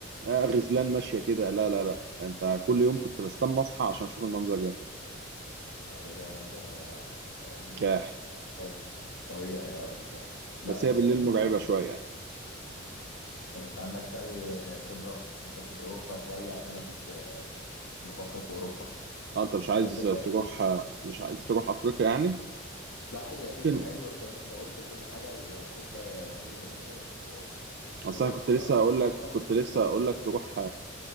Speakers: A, on the right; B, on the left.
A: آه غزلان ماشية كده لا لا لا انت كل يوم كنت بستنى اصحى عشان اشوف المنظر ده
B: آه كده كده منظر آه، لا يعني
A: كاح
B: آه، مش طبيعي مش طبيعي اه بالظبط لا
A: بس
B: بس
A: هي بالليل
B: يعني
A: مرعبة
B: آه،
A: شوية يعني
B: طب انت عندكش اي خبرة في حتة اوروبا شوية عشان انا كنت آه، بفكر في اوروبا
A: اه انت مش عايز
B: هي الفكرة
A: تروح آه، مش عايز تروح افريقيا يعني
B: لا هي
A: ممكن
B: كينيا حلوة زي ما انت قلت وكل حاجة وانا احب حاجة زي كده بس اللي
A: اصل
B: هو
A: انا
B: انا
A: كنت
B: كنت
A: لسه
B: افكر
A: هقول لك كنت لسه هقول لك تروح